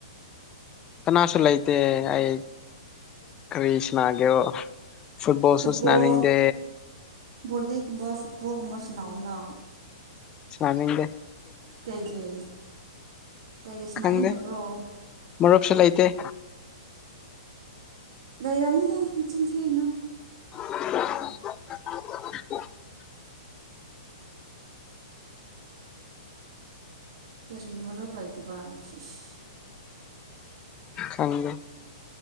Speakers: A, on the left; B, on the right.
A: ꯀꯅꯥꯁꯨ ꯂꯩꯇ ꯑꯩ ꯀꯔꯤꯁꯅꯥ ꯒꯦꯔꯣ꯫ ꯐꯨꯠꯕꯣꯜꯁꯨ
B: ꯐꯨꯠꯕꯣꯜ
A: ꯁꯥꯅꯅꯤꯡꯗꯦ
B: ꯕꯣꯂꯤꯒꯨꯝꯕ ꯐꯨꯠꯕꯣꯜꯒꯨꯝꯕ ꯁꯅꯥꯎꯅ
A: ꯁꯅꯤꯡꯗꯦ
B: ꯀꯩꯒꯤ ꯀꯩꯒꯤ ꯁꯥꯟꯅꯅꯤꯡꯗꯕ꯭ꯔꯣ
A: ꯈꯪꯗꯦ ꯃꯔꯨꯞꯁꯨ ꯂꯩꯇꯦ
B: ꯂꯩꯔꯝꯅꯤ ꯍꯦ ꯅꯆꯤꯟꯊꯤꯅꯨ
A: <unintelligible>
B: ꯀꯔꯤ ꯃꯔꯨꯞ ꯂꯩꯥꯗꯕ ꯁꯤ ꯁꯤ
A: ꯈꯪꯗꯦ